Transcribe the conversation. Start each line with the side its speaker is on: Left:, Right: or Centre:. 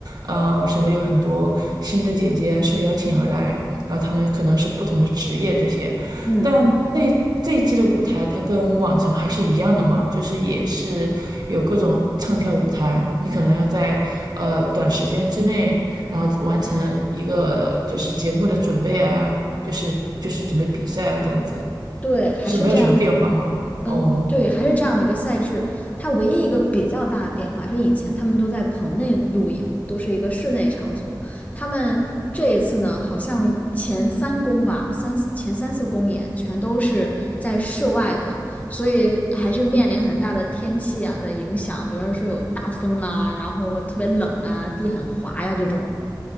Right: 呃，什么有很多新的姐姐受邀请而来，然后她们可能是不同的职业这些。
Left: 嗯，
Right: 但这这一季的舞台，它跟往常还是一样的嘛，就是也是有各种唱跳舞台，你可能要在呃短时间之内，然后完成一个就是节目的准备啊，就是就是准备比赛啊这样子。
Left: 对，还是这样子。
Right: 就是没有什么变化吗？
Left: 嗯，
Right: 哦，
Left: 对，还是这样的一个赛制。它唯一一个比较大的变化是，以前他们都在棚内露营，都是一个室内场所。他们这一次呢，好像前三公吧，三次前三次公演全都是在室外的，所以还是面临很大的天气啊的影响，比如说有大风啊，然后特别冷啊，地很滑呀、这种。